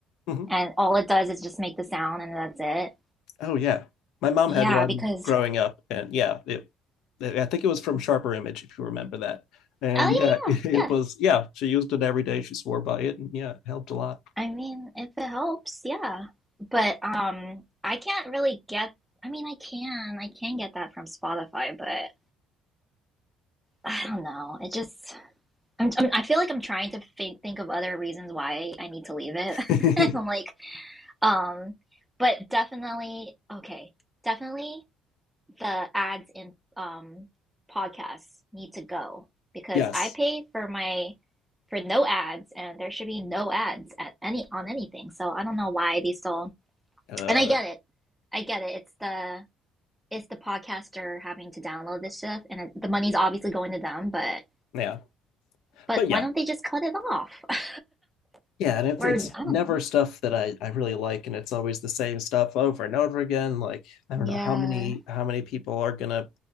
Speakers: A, on the left (about 70°); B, in the centre.
A: Mhm.
B: and all it does is just make the sound, and that's it.
A: Oh yeah, my mom
B: Yeah,
A: had one
B: because
A: growing up, and yeah, it. I think it was from Sharper Image, if you remember that. And
B: oh yeah
A: yeah, <laughs> it,
B: yeah yeah.
A: was yeah. She used it every day. She swore by it, and yeah, it helped a lot.
B: I mean, if it helps, yeah. But um I can't really get I mean, I can. I can get that from Spotify, but I don't know. It just I'm, I'm I feel like I'm trying to think think of other reasons why I need to leave it.
A: <laughs>
B: <laughs> And I'm like um but definitely okay. Definitely the ads in um podcasts need to go because
A: yes.
B: I pay for my for no ads and there should be no ads at any on anything. So I don't know why they still
A: Uh,
B: and I get it. I get it. It's the it's the podcaster having to download this stuff, and it, the money's obviously going to them. But
A: yeah,
B: but
A: but
B: why
A: yeah,
B: don't they just cut it off? <laughs>
A: yeah, and it's
B: or
A: it's
B: I
A: never
B: don't know.
A: stuff that I I really like, and it's always the same stuff over and over again. Like I don't
B: Yeah,
A: know how many how many people are gonna